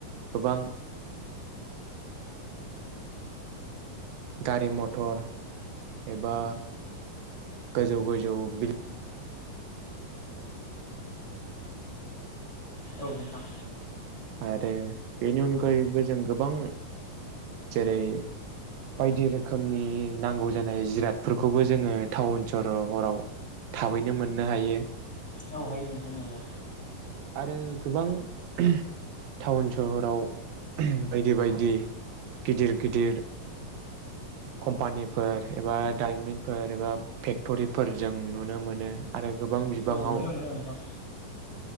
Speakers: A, on the right (about 85°); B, on the left (about 20°).
A: गोबां गारि मथर एबा गोजौ गोजौ बि
B: औ नोंथां
A: आरोे बेनि अनगायैबो जों गोबां जेरै बायदि रोखोमनि नांगौ जानाय जिरादफोरखौबो जोङो टाउन सहहराव थाबैनो मोननो हायो
B: औ हायो नोंथां नोंगौ
A: आरो गोबां ओम टाउन सहराव ओम बायदि बायदि गिदिर गिदिर कम्पानिफोर एबा डायमन्डफोर एबा फेक्टरिफोर जों नुनो मोनो आरो गोबां बिबाङावनो
B: औ नुनो मोनो नोंथां